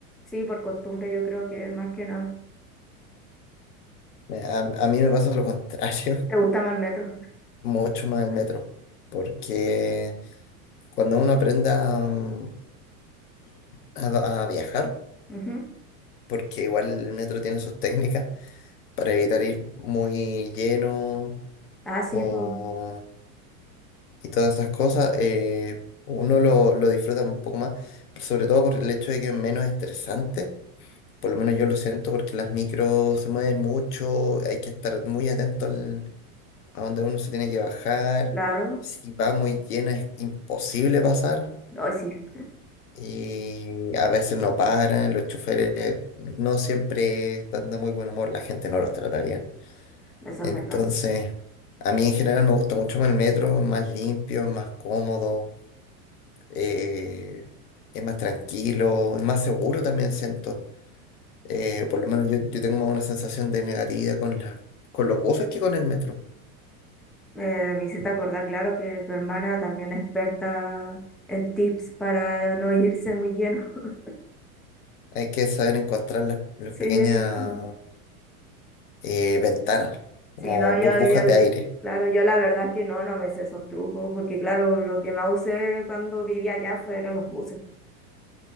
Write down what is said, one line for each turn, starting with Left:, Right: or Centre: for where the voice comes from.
Centre: Sí, por costumbre yo creo que más que nada.
Left: Me- A, a mí me pasa lo contrario, <laughs>
Centre: ¿Te gusta más el metro?
Left: mucho más el metro. Porque cuando uno aprenda mm, a a viajar,
Centre: Ujú.
Left: porque igual el metro tiene sus técnicas. para evitar ir muy lleno
Centre: Ah,
Left: o,
Centre: sí, pues,
Left: y todas esas cosas, eh, uno lo, lo disfruta un poco más, pero sobre todo por el hecho de que es menos estresante, por lo menos yo lo siento porque las micros se mueven mucho, hay que estar muy atento al- a donde uno se tiene que bajar,
Centre: claro.
Left: si va muy llena es imposible pasar.
Centre: Hoy sí,
Left: Y a veces no paran, los choferes no siempre están de muy buen humor, la gente no los trata bien.
Centre: eso
Left: Entonces,
Centre: es verdad.
Left: a mí en general me gusta mucho más el metro, es más limpio, es más cómodo, eh, es más tranquilo, es más seguro también siento. Eh, por lo menos yo, yo tengo más una sensación de negatividad con la, con los buses que con el metro.
Centre: Eh, me hiciste acordar, claro, que tu hermana también es experta en tips para no irse muy lleno. <laughs>
Left: Hay que saber encontrar las, las
Centre: Sí,
Left: pequeñas
Centre: no.
Left: eh, ventanas,
Centre: Sí,
Left: como
Centre: no, yo,
Left: burbujas
Centre: yo,
Left: de aire.
Centre: claro, yo la verdad es que no, no me sé esos trucos, porque claro, lo que más usé cuando vivía allá fueron los buses,